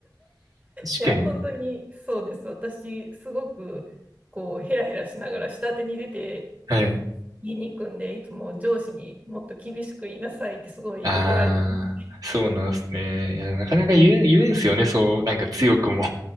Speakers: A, on the right (about 55°); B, on the right (about 20°).
A: かに。
B: いや、本当にそうです。私、すごく、こう、ヘラヘラしながら下手に出て
A: はい。
B: 言いに行くんで、いつも上司にもっと厳しく言いなさいってすごい怒られてます。
A: ああ、そうなんですね。いや、なかなか言えん、言えんすよね、そう、なんか強くも。